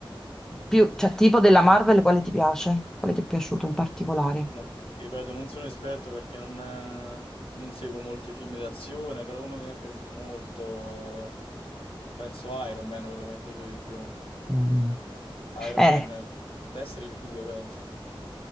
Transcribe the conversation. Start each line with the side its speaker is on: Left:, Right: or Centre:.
Centre: Più, cioè, tipo della Marvel, quale ti piace? Quale ti è piaciuto in particolare?
Left: No, ti ripeto, non sono esperto perché non, eh, non seguo molti film d'azione, però uno che mi è piaciuto molto, penso Iron Man, quello che mi è piaciuto di più.
Centre: Mm.
Left: Iron
Centre: Eh,
Left: Man, deve essere il 2, penso,